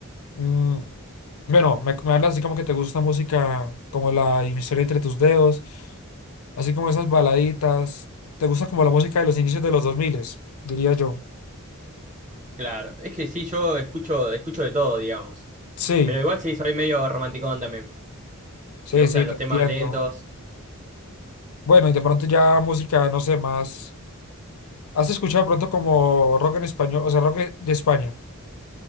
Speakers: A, on the left; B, on the right.
A: Mm, bueno, me, me hablas así como que te gusta música como la historia entre tus dedos, así como esas baladitas. Te gusta como la música de los inicios de los 2000, diría yo.
B: Claro, es que sí, yo escucho, escucho de todo, digamos.
A: Sí,
B: Pero igual sí, soy medio romanticón también.
A: sí,
B: Me gustan
A: sí, te
B: los
A: entiendo.
B: temas lentos.
A: Bueno, y de pronto ya música, no sé, más. ¿Has escuchado de pronto como rock en español, o sea, rock de España?